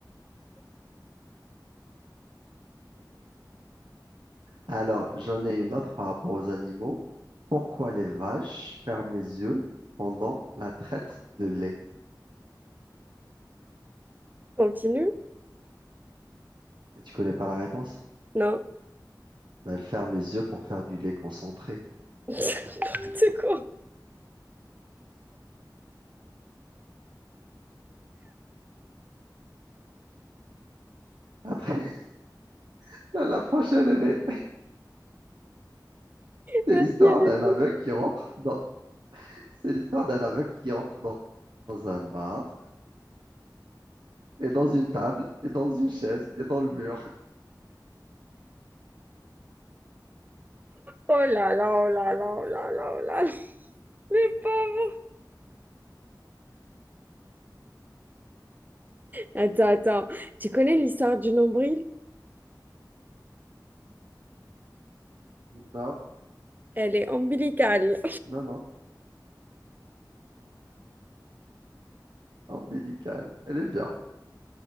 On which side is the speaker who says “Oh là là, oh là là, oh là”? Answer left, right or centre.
Right